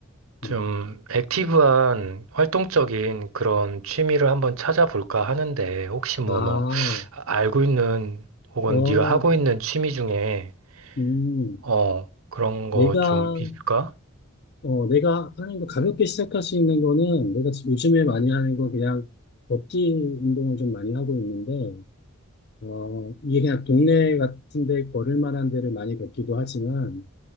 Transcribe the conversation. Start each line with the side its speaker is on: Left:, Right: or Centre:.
Right: 좀
Left: 음.
Right: 액티브한 활동적인 그런 취미를 한번 찾아볼까 하는데, 혹시 뭐
Left: 아,
Right: 너 알고 있는 혹은
Left: 어,
Right: 네가 하고 있는 취미 중에,
Left: 음,
Right: 어, 그런 거
Left: 내가
Right: 좀 있을까?
Left: 어, 내가 하는 거 가볍게 시작할 수 있는 거는 내가 지금 요즘에 많이 하는 건 그냥 걷기 운동을 좀 많이 하고 있는데, 어, 이게 그냥 동네 같은데 걸을 만한 데를 많이 걷기도 하지만,